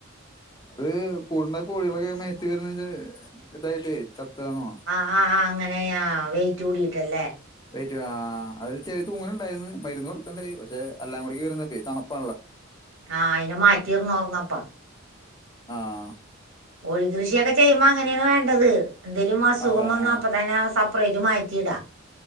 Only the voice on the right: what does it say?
ആഹ് ആഹ് അങ്ങനെയാ വെയിറ്റ് കൂടിട്ടല്ലേ
ആഹ് അയിന് മാറ്റിർന്ന്ർന്നപ്പ
കോഴി കൃഷിയൊക്കെ ചെയ്യുമ്പോ അങ്ങനേണ് വേണ്ടത് എന്തേലും അസുഖം
വന്ന
അപ്പ തന്നെ ആ സ <unintelligible> ഇത് മാറ്റിയിടാ